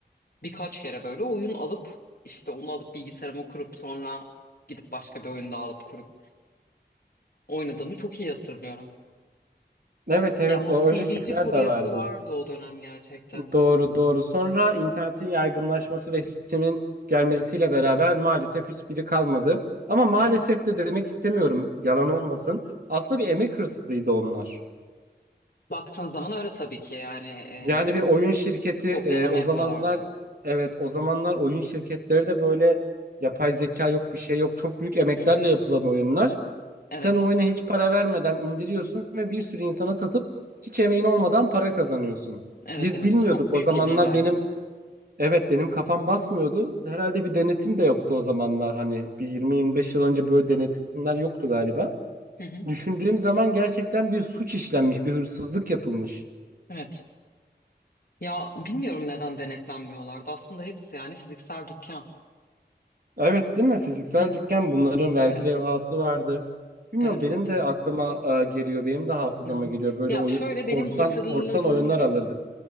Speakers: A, on the left; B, on the right.
A: birkaç kere böyle oyun alıp işte onu alıp bilgisayarıma kurup sonra gidip başka bir oyun daha alıp kurup Oynadığımı çok iyi hatırlıyorum.
B: Evet evet
A: Ya o
B: o
A: CD'ci
B: öyle şeyler
A: furyası
B: de vardı.
A: vardı o dönem gerçekten.
B: Doğru doğru. Sonra internetin yaygınlaşması ve sistemin gelmesiyle beraber maalesef hiçbiri kalmadı. Ama maalesef
A: Evet.
B: de demek istemiyorum yalan olmasın. Aslında bir emek hırsızıydı onlar.
A: Baktığın zaman öyle tabii ki yani eee,
B: Yani bir oyun şirketi e,
A: kopyalama
B: o
A: yapıyorlardı.
B: zamanlar evet o zamanlar oyun şirketleri de böyle yapay zeka yok bir şey yok çok büyük emeklerle
A: Hı hı.
B: yapılan oyunlar.
A: Evet.
B: Sen o oyuna hiç para vermeden indiriyorsun ve bir sürü insana satıp hiç emeğin olmadan para kazanıyorsun.
A: Evet
B: Biz
A: evet.
B: bilmiyorduk
A: Çok büyük
B: o zamanlar
A: illegallik.
B: benim evet benim kafam basmıyordu. Herhalde bir denetim de yoktu o zamanlar hani bir 20-25 yıl önce böyle denetimler yoktu galiba.
A: Hı hı.
B: Düşündüğüm zaman gerçekten bir suç işlenmiş, bir hırsızlık yapılmış.
A: Evet. Ya bilmiyorum neden denetlenmiyorlardı. Aslında hepsi yani fiziksel dükkan.
B: Evet değil mi? Fiziksel
A: Hı.
B: dükkan bunların vergi
A: Evet.
B: levhası vardı. Bilmiyorum
A: Evet
B: benim
A: evet.
B: de aklıma e, geliyor. Benim de hafızama
A: Evet.
B: geliyor. Böyle
A: Ya
B: oy
A: şöyle
B: korsan
A: benim hatırladığım
B: korsan oyunlar alırdık.